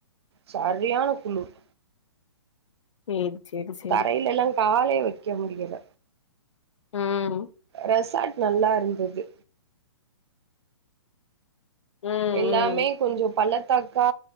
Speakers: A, on the right; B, on the left.
A: சரியான குளுர்
B: சேரி சேரி சேரி
A: தரையிலல்லா காலே வக்கே முடியல
B: ம்
A: ரெசார்ட் நல்லா இருந்தது
B: ம்
A: எல்லாமே
B: ம்
A: கொஞ்சம் பள்ள த்தாக்கா